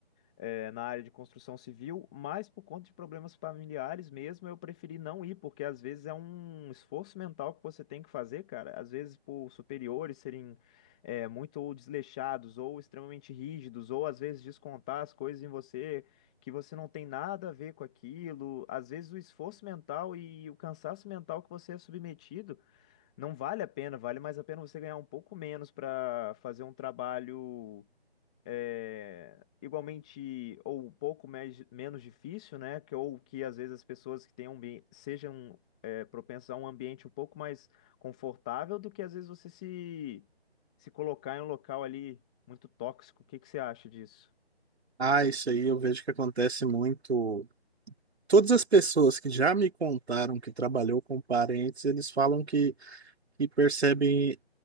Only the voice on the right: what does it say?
Ah, isso aí eu vejo que acontece muito. Todas as pessoas que já me contaram que trabalhou com parentes, eles falam que, que percebem